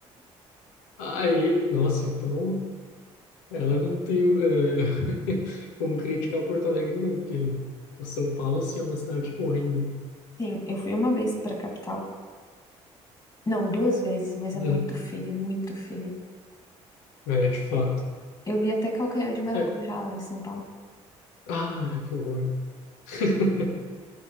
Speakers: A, on the left; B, on the left.
A: <laughs> Aí, nossa, então Ela não tem eh, <laughs> como criticar o Porto Alegre, não, porque o São Paulo, sim, é uma cidade horrível.
B: Sim, eu fui uma vez pra capital. Não, duas vezes, mas
A: Uhum.
B: é muito feio, muito feio.
A: É, de fato.
B: Eu vi até calcanhar de maracujá
A: É.
B: lá em São Paulo.
A: Ah, que horror. <laughs>